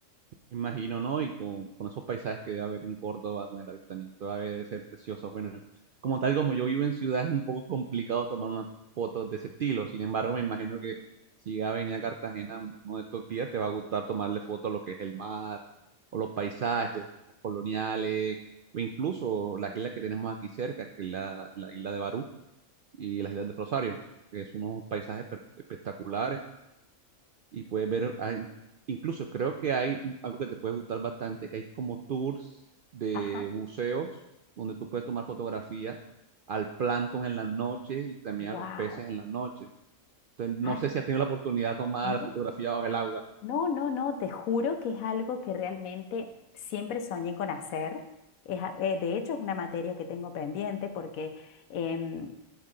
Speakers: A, on the right; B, on the left.
A: Me Imagino, ¿no? Y con, con esos paisajes que debe haber en Córdoba, con el avistamiento, debe de ser precioso. Bueno, como tal, como yo vivo en ciudad, es un poco complicado tomar unas fotos de ese estilo. Sin embargo, me imagino que si ya venía a Cartagena uno de estos días, te va a gustar tomarle fotos a lo que es el mar, o los paisajes, las casas coloniales, o incluso las islas que tenemos aquí cerca, que es la, la isla de Barú y las islas de Rosario, que es unos paisajes per- espectaculares y puedes ver, hay- incluso creo que hay algo que te puede gustar bastante, que hay como tours de
B: Ajá.
A: buceos donde tú puedes tomar fotografía al plancton en la noche y también
B: Wow.
A: a los peces en la noche. Entonces, no
B: Ah,
A: sé si has tenido la oportunidad de tomar
B: no.
A: fotografía bajo el agua.
B: No, no, no, te juro que es algo que realmente siempre soñé con hacer. Es a- eh, de hecho, es una materia que tengo pendiente porque em,